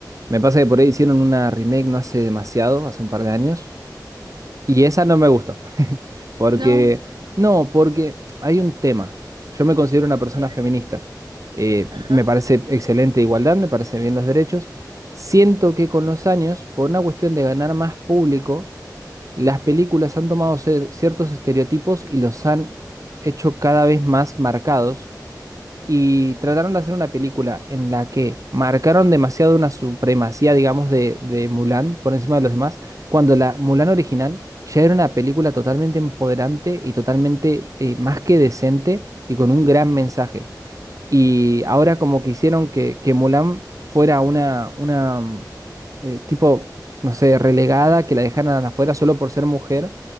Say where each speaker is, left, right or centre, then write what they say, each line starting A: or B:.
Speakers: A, on the right (about 50°); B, on the right (about 85°).
A: Me pasa que por ahí hicieron una remake no hace demasiado, hace un par de años, y esa no me gustó, porque,
B: No,
A: no, porque hay un tema. Yo me considero una persona
B: a ver,
A: feminista. Eh,
B: ajá.
A: me parece excelente igualdad, me parece bien los derechos. Siento que con los años, por una cuestión de ganar más público, las películas han tomado cer- ciertos estereotipos y los han hecho cada vez más marcados y trataron de hacer una película en la que marcaron demasiado una supremacía, digamos, de, de Mulan por encima de los demás, cuando la Mulan original ya era una película totalmente empoderante y totalmente eh, más que decente y con un gran mensaje. Y ahora como que hicieron que, que Mulan fuera una, una mm, eh, tipo, no sé, relegada, que la dejaran afuera solo por ser mujer,